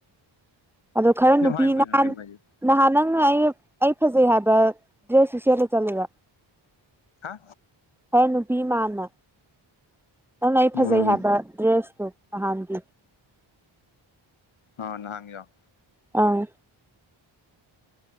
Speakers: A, in the centre; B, on the left.
A: ꯑꯗꯣ ꯈꯔ
B: ꯑꯗꯨꯝ
A: ꯅꯨꯄꯤ
B: ꯍꯥꯏꯌꯨ ꯀꯩꯅꯣ
A: ꯅꯍꯥꯟ
B: ꯀꯩꯝ ꯀꯥꯏꯗꯦ
A: ꯅꯍꯥꯟ ꯅꯪꯅ ꯑꯩ ꯑꯩ ꯐꯖꯩ ꯍꯥꯏꯕ ꯗ꯭ꯔꯦꯁꯇꯨ ꯁꯦꯠꯂ ꯆꯠꯂꯕ
B: ꯍꯥ
A: ꯍꯣꯌ ꯅꯨꯄꯤ ꯃꯥꯅ ꯅꯪꯅ ꯑꯩ
B: ꯎꯝ
A: ꯐꯖꯩ ꯍꯥꯏꯕ ꯗ꯭ꯔꯦꯁꯇꯨ ꯅꯍꯥꯟꯒꯤ꯫
B: ꯅꯍꯥꯟ ꯍꯪꯉꯤꯒꯤꯗꯣ
A: ꯑꯥ